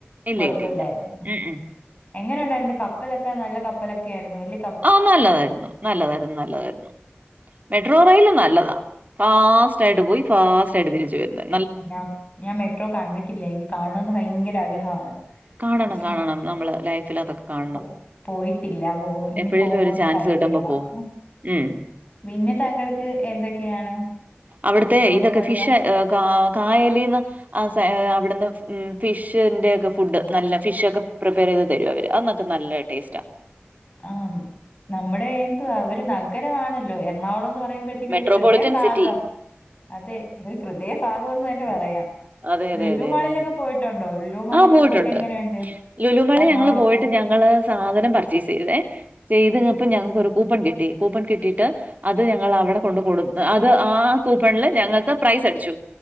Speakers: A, on the right (about 40°); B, on the left (about 35°).
A: ഇല്ല
B: കൊഴപ്പില്ലായിരുന്നു
A: ഇല്ല ഇല്ല. ഉം ഉം.
B: എങ്ങനെ ഉണ്ടായിരുന്നു കപ്പലൊക്കെ നല്ല കപ്പലൊക്കെ ആയിരുന്നു വല്യ
A: ആഹ് നല്ലതായിരുന്നു, നല്ലതായിരുന്നു, നല്ലതായിരുന്നു. മെട്രോ റെയിൽവെ നല്ലതാ ഫാസ്റ്റ് ആയിട്ട് പോയി ഫാസ്റ്റായിട്ട് തിരിച്ചു വരുന്നെയാ
B: ഞാൻ ഞാൻ മെട്രോ കണ്ടിട്ടില്ല എനിക്ക് കാണണംന്ന് ഭയങ്കര ആഗ്രഹമാണ്
A: കാണണം
B: പക്ഷേ
A: കാണണം നമ്മള് ലൈഫിലതൊക്കെ കാണണം
B: പോ പോയിട്ടില്ല. പോ ഇനി
A: എപ്പഴേലും
B: പോകുമ്പോ
A: ഒരു
B: ഒന്ന്
A: ചാൻസ്
B: ട്രൈ
A: കിട്ടുമ്പം
B: ചെയ്യണം.
A: പോവും
B: ഉം.
A: ഹ്മ്മ്
B: പിന്നെ താങ്കൾക്ക് എന്തൊക്കെയാണ്
A: അവിടുത്തെ
B: ടൂറ്
A: ഇതൊക്കെ
B: പോയപ്പോ
A: ഫിഷ് ഏഹ് കാ കായലീന്ന് ആസെ അവട്ന്ന് ഫിഷിന്റെക്കെ ഫുഡ് നല്ല ഫിഷൊക്കെ പ്രിപ്പേറെയ്ത് തരും അവര് അന്നൊക്കെ നല്ല ടേസ്റ്റാ
B: ആഹ് നമ്മുടെ എന്തോ അവര് നഗരമാണല്ലോ എ എറണാകുളം എന്ന് പറയുമ്പഴ്ത്തേക്ക്
A: മെട്രോപൊളിറ്റൻ
B: ഒര് ഗൃദയഫാഗം
A: സിറ്റി.
B: അതെ ഒര് ഗൃതയഫാഗം എന്നു തന്നെ പറയാം
A: അതെ അതെ
B: ലുലു
A: അതെ
B: മാളിലൊക്കെ
A: അതെ അതെ.
B: പോയിട്ടുണ്ടോ ലുലുമാളൊക്കെ
A: ആ പോയിട്ടുണ്ട്.
B: പോയിട്ട് എങ്ങനെയുണ്ട്
A: ലുലുമാളി
B: എറണാകുളത്തെ
A: ഞങ്ങള് പോയിട്ട് ഞങ്ങള് സാധനം പർച്ചേസെയ്തേ ചെയ്ത് കഴിഞ്ഞപ്പോ ഞങ്ങൾക്കൊരു കൂപ്പൺ കിട്ടി കൂപ്പൺ കിട്ടിയ്ട്ട് അത് ഞങ്ങളവ്ടെ കൊണ്ട് കൊടുത്തു അത് ആ കൂപ്പണില് ഞങ്ങൾക്ക് പ്രൈസടിച്ചു